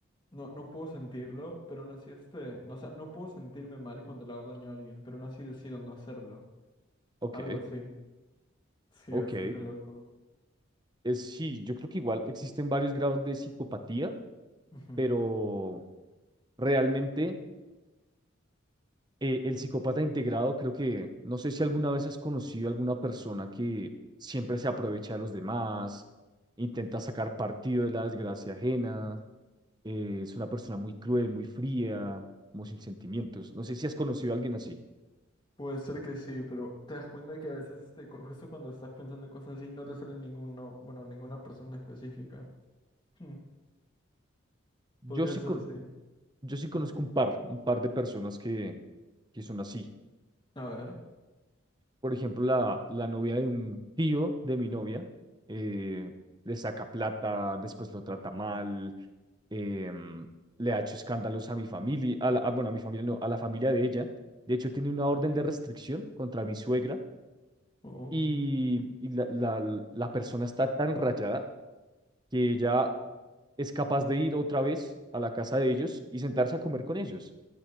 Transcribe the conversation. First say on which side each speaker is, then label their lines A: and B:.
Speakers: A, on the left (about 25°); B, on the right (about 20°).
A: no, no puedo sentirlo, pero aún así este, no, o sea, no puedo sentirme mal cuando le hago daño a alguien, pero aún así decido no hacerlo.
B: Ok,
A: Algo así. Sí,
B: ok.
A: bastante loco.
B: Es, sí, yo creo que igual existen varios grados de psicopatía,
A: Ujú.
B: pero realmente eh, el psicópata integrado, creo que, no sé si alguna vez has conocido a alguna persona que siempre se aprovecha de los demás, intenta sacar partido de la desgracia ajena, eh, es una persona muy cruel, muy fría, muy sin sentimientos. No sé si has conocido a alguien así.
A: Puede ser que sí, pero te das cuenta que a veces este, cu- justo cuando estás pensando en cosas así, no te sale ninguno, bueno, ninguna persona específica. Hmm,
B: Yo
A: Podría
B: sí,
A: ser,
B: con-
A: sí.
B: yo sí conozco
A: A ver.
B: un par, un par de personas que, que son así.
A: a ver.
B: Por ejemplo, la, la novia de un tío de mi novia, eh, le saca plata, después lo trata mal em, le ha hecho escándalos a mi familia, a la- a- bueno, a mi familia no, a la familia de ella. De hecho, tiene una orden de restricción contra mi suegra
A: Oh,
B: y, y la, la, la persona está tan rayada que ella es capaz de ir otra vez a la casa de ellos y sentarse a comer con ellos.